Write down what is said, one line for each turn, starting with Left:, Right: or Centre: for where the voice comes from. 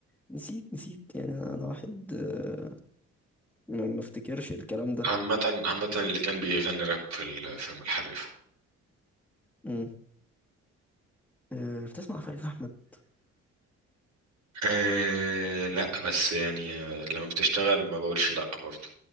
Centre: نسيت نسيت يعني انا أنا واحد آه، ما ما افتكرش الكلام ده
Right: عامة عامة اللي كان بيغني راب في ال- فيلم الحريفة
Centre: امم آه، بتسمع فريد احمد
Right: آه لا بس يعني آه، لما بتشتغل ما بقولش لا برضه